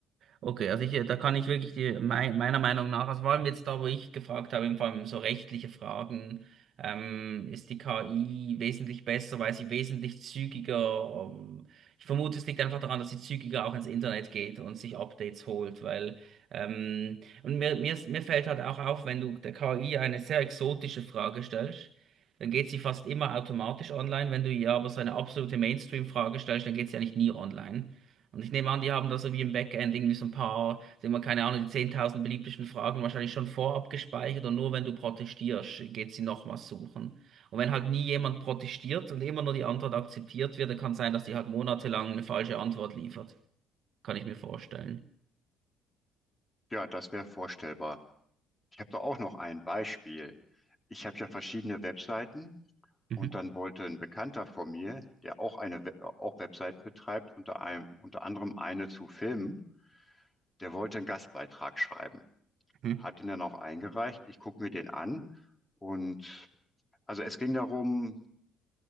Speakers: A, on the right (about 60°); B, on the left (about 15°).
A: Okay, also ich, äh, da kann ich wirklich die, mei- meiner Meinung nach, also vor allem jetzt da, wo ich gefragt habe, vor allem so rechtliche Fragen, ähm, ist die KI wesentlich besser, weil sie wesentlich zügiger, ähm, ich vermute, es liegt einfach daran, dass sie zügiger auch ins Internet geht und sich Updates holt, weil, ähm, und mir, mir, mir fällt halt auch auf, wenn du der KI eine sehr exotische Frage stellst, dann geht sie fast immer automatisch online. Wenn du ihr aber so eine absolute Mainstream-Frage stellst, dann geht sie eigentlich nie online. Und ich nehme an, die haben da so wie im Backend irgendwie so ein paar, sagen wir, keine Ahnung, die 10.000 beliebtesten Fragen wahrscheinlich schon vorab gespeichert und nur wenn du protestierst, geht sie nochmals suchen. Und wenn halt nie jemand protestiert und immer nur die Antwort akzeptiert wird, dann kann es sein, dass die halt monatelang eine falsche Antwort liefert. Kann ich mir vorstellen.
B: Ja, das wäre vorstellbar. Ich habe da auch noch ein Beispiel. Ich habe ja verschiedene Webseiten
A: Mhm.
B: und dann wollte ein Bekannter von mir, der auch eine We auch Webseiten betreibt, unter einem, unter anderem eine zu Filmen, der wollte einen Gastbeitrag schreiben,
A: Mhm.
B: hat den dann auch eingereicht. Ich gucke mir den an und also es ging darum,